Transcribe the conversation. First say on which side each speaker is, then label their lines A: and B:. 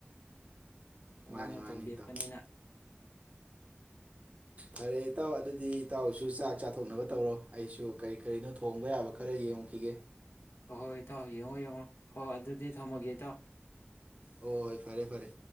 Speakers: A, on the left (about 80°); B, on the right (about 35°).
A: ꯃꯑꯣꯡ
B: ꯃꯥꯅꯤ
A: ꯃꯇꯧ
B: ꯃꯥꯅꯤ
A: ꯂꯦꯞꯄꯅꯤꯅ
B: ꯏꯇꯥꯎ ꯐꯔꯦ ꯏꯇꯥꯎ ꯑꯗꯨꯗꯤ ꯏꯇꯥꯎꯁꯨ ꯆꯥꯛ ꯆꯥꯊꯣꯛꯅꯕ ꯇꯧꯔꯣ ꯑꯩꯁꯨ ꯀꯔꯤ ꯀꯔꯤꯅꯣ ꯊꯣꯡꯕ ꯌꯥꯕ ꯈꯔ ꯌꯦꯡꯉꯨꯈꯤꯒꯦ
A: ꯍꯣꯏ ꯍꯣꯏ ꯏꯇꯥꯎ ꯌꯦꯡꯉꯣ ꯌꯦꯡꯉꯣ ꯍꯣꯏ ꯑꯗꯨꯗꯤ ꯊꯝꯃꯒꯦ ꯏꯇꯥꯎ
B: ꯍꯣꯏ ꯍꯣꯏ ꯐꯔꯦ ꯐꯔꯦ